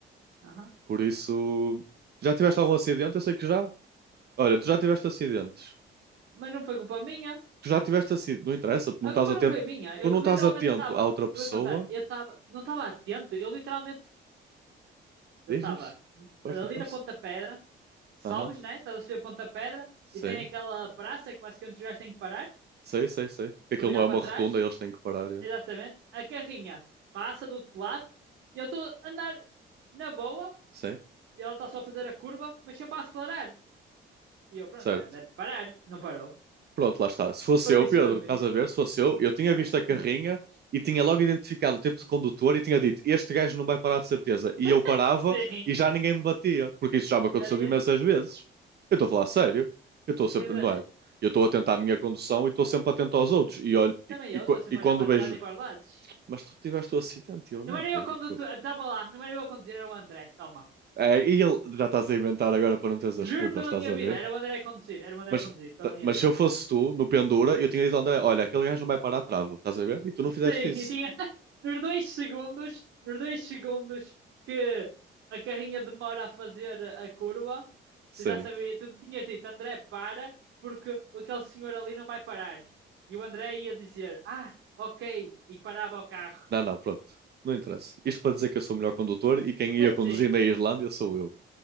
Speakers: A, on the right; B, on the right.
A: Aham.
B: Por isso, já tiveste algum acidente? Eu sei que já. Olha, tu já tiveste acidentes.
A: Mas não foi culpa minha.
B: Tu já tiveste acidente. Não interessa, tu não
A: A
B: estás
A: culpa
B: atento.
A: não foi minha.
B: Tu
A: Eu
B: não estás
A: literalmente
B: atento
A: estava.
B: à outra pessoa.
A: Eu vou te contar. Eu estava. Não estava atento. Eu literalmente. Eu
B: Diz,
A: estava
B: diz. Força,
A: ali
B: força.
A: na Ponta Pedra. Sobes,
B: Aham,
A: né? Estás a subir a Ponta Pedra.
B: sim.
A: E tem aquela praça que basicamente os gajos têm que parar
B: Sei, sei, sei. Que Aquilo
A: para virar
B: não é
A: para
B: uma
A: trás.
B: rotunda, eles têm que parar. é.
A: Exatamente. A carrinha passa do outro lado e eu estou a andar na boa.
B: Sim,
A: E ela está só a fazer a curva, mas sempre a acelerar. E eu, pronto,
B: certo.
A: pá, deve parar. Não parou.
B: Pronto, lá está. Se fosse
A: Parou
B: eu,
A: em cima
B: Pedro,
A: de mim.
B: estás a ver? Se fosse eu, eu tinha
A: Ah,
B: visto a carrinha
A: sim.
B: e tinha logo identificado o tipo de condutor e tinha dito: Este gajo não vai parar de certeza. E
A: <laughs>
B: eu parava
A: Sim.
B: e já ninguém me batia, porque isso já me aconteceu
A: Já ninguém
B: imensas
A: t-
B: vezes. Eu estou a falar sério. Eu estou
A: tinha.
B: sempre,
A: de-
B: não é? Eu estou atento à minha condução e estou sempre atento aos outros. E olho,
A: Também
B: e,
A: eu
B: e co-
A: estou sempre
B: e quando
A: a olhar para
B: vejo,
A: trás e para os lados.
B: mas tu tiveste o acidente, e eu
A: Não
B: não,
A: era
B: Pedro.
A: eu a conduzir. Estava lá. Não era eu a conduzir, era o André. Toma.
B: É, e ele, já estás a inventar agora para não teres as
A: Juro
B: culpas,
A: pela
B: estás
A: minha
B: a
A: vida.
B: ver?
A: Era o André a conduzir. Era o André
B: Mas,
A: a conduzir. Pela
B: ta-
A: minha
B: mas
A: vida.
B: se eu fosse tu, no pendura, eu tinha dito ao André: olha, aquele gajo não vai parar a trava, estás a ver? E tu não fizeste
A: Sim,
B: isso.
A: e tinha <laughs> nos dois segundos, nos dois segundos que a carrinha demora a fazer a curva,
B: Sim.
A: tu já sabias, tu tinhas dito, André, para, porque aquele senhor ali não vai parar. E o André ia dizer, ah, ok, e parava o carro.
B: Não, não, pronto. Não interessa. Isto para dizer que eu sou o melhor condutor e quem
A: <laughs>
B: ia
A: Sim,
B: conduzir na Islândia sou eu.